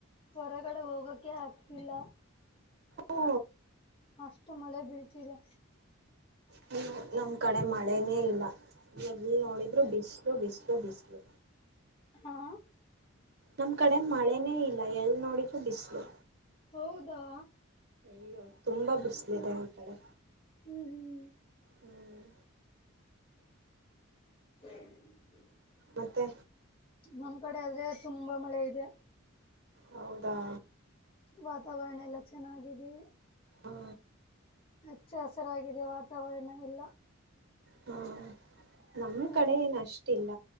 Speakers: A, on the left (about 25°); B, on the right (about 50°).
A: ಹೊರಗಡೆ ಹೋಗಕೆ ಆಗ್ತಿಲ್ಲ
B: ಹ ಓ
A: ಅಷ್ಟು ಮಳೆ ಬೀಳ್ತಿದೆ
B: ಹ್ಮ ನಮ್ ಕಡೆ ಮಳೆನೇ ಇಲ್ಲ ಎಲ್ ನೋಡಿದ್ರು ಬಿಸಲು ಬಿಸ್ಲು ಬಿಸ್ಲು
A: ಹಾ
B: ನಮ್ ಕಡೆ ಮಳೆನೇ ಇಲ್ಲ ಎಲ್ ನೋಡಿದ್ರು ಬಿಸ್ಲು
A: ಹೌದಾ
B: ಅಯ್ಯೋ ತುಂಬಾ ಬಿಸಲಿದೆ
A: ಹ್ಮ್
B: ಈ ಕಡೆ
A: ಹ್ಮ್ ಹ್ಮ್
B: ಹ್ಮ್
A: <unintelligible>
B: ಮತ್ತೆ
A: ನಮ್ ಕಡೆ ಆದ್ರೆ ತುಂಬಾ ಮಳೆ ಇದೆ
B: ಹೌದಾ
A: ವಾತಾವರಣ ಎಲ್ಲ ಚೆನ್ನಾಗಿದೆ
B: ಹ್ಮ
A: ಹಚ್ಚು ಹಸರಾಗಿದೆ ವಾತಾವರಣ ಎಲ್ಲ
B: ಹ್ಮ ನಮ್
A: ಹ್ಮ್
B: ಕಡೆ ಏನ ಅಷ್ಟಿಲ್ಲ